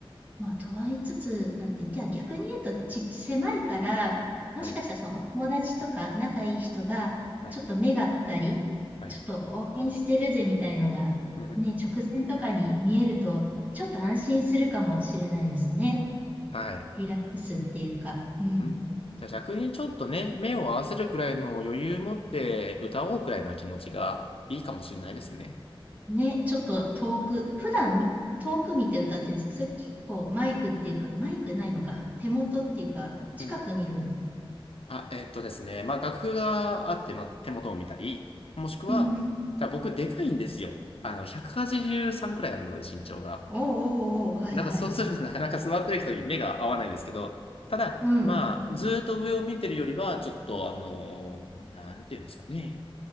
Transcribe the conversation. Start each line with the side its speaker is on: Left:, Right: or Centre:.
Right: まあ、とは言いつつ、なんじゃあ逆に言うと、ち、狭いから、もしかしたらそのお友達とか仲いい人が、
Left: はい。はい。
Right: ちょっと目があったり、
Left: はい。
Right: ちょっと応援してるぜみたいのが、
Left: うん。
Right: ね、直前とかに見えると、ちょっと安心するかもしれないですね。
Left: はい。
Right: リラックスっていうか。うん。
Left: うん。じゃあ逆にちょっとね、目を合わせるくらいの余裕持って歌おうくらいな気持ちがいいかもしれないですね。
Right: ね、ちょっと遠く、普段み遠く見て歌ってるんですけど、それ結構マイクっていうか、マイクないのか、手元っていうか、近く見るんで。
Left: うん。あ、えっとですね。まあ楽譜があって、まあ、手元を見たり、もしくは、
Right: うんうん。
Left: ただ僕でかいんですよ。あの、183くはちじゅうさんくらいあるので身長が。
Right: おうおうおう、はいはい。
Left: なんかそうするとなかなか座ってる人に目が合わないんですけど、ただ、
Right: うんうん。
Left: まあ、ずーっと上を見てるよりは、ちょっと、あの、なんていうんですかね。